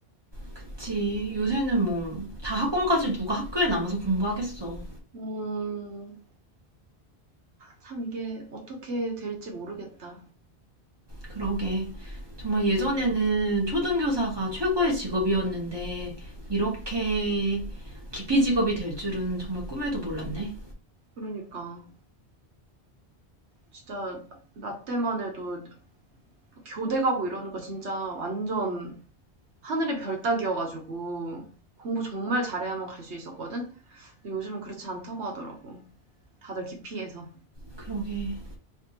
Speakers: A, on the right; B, on the right.
A: 그치. 요새는 뭐 다 학원까지 누가 학교에 남아서 공부하겠어.
B: 음. 참 이게 어떻게 될지 모르겠다.
A: 그러게. 정말
B: 음,
A: 예전에는 초등교사가 최고의 직업이었는데, 이렇게 기피 직업이 될 줄은 정말 꿈에도 몰랐네.
B: 그러니까 진짜 나 때만 해도 교대 가고 이러는 거 진짜 완전 하늘의 별 따기여가지고 공부 정말 잘해야만 갈 수 있었거든? 근데 요즘은 그렇지 않다고 하더라고. 다들 기피해서.
A: 그러게.